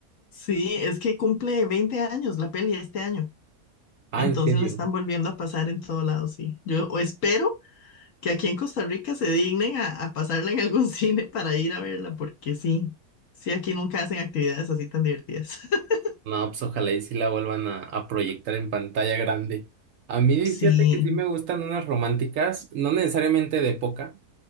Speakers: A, on the left (about 60°); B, on the right (about 65°).
A: Sí, es que cumple 20 años la peli este año,
B: Ah,
A: entonces
B: en serio.
A: la están volviendo a pasar en todo lado, sí. Yo o espero que aquí en Costa Rica se dignen a, a pasarla en algún <laughs> cine para ir a verla, porque sí, sí, aquí nunca hacen actividades así tan divertidas. <laughs>
B: No, pues ojalá y sí la vuelvan a, a proyectar en pantalla grande. A mí,
A: Sí.
B: fíjate que sí me gustan unas románticas, no necesariamente de época,